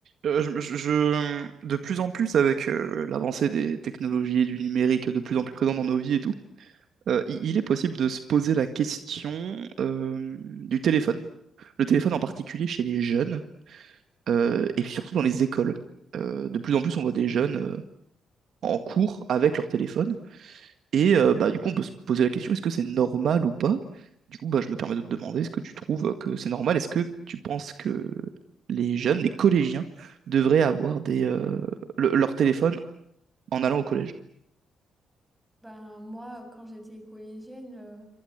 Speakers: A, on the right (about 60°); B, in the centre.
A: Euh, je, je- je- de plus en plus, avec euh, l'avancée des technologies et du numérique de plus en plus présent dans nos vies et tout, euh, il, il est possible de se poser la question euh, du téléphone. Le téléphone en particulier chez les jeunes euh, et puis surtout dans les écoles. Euh, de plus en plus, on voit des jeunes euh, en cours avec leur téléphone. Et euh, bah, du coup, on peut se poser la question, est-ce que c'est normal ou pas? Du coup, bah, je me permets de te demander, est-ce que tu trouves que c'est normal? Est-ce que tu penses que les jeunes, les collégiens, devraient avoir des, euh, le- leur téléphone en allant au collège?
B: Ben, moi, quand j'étais collégienne, euh,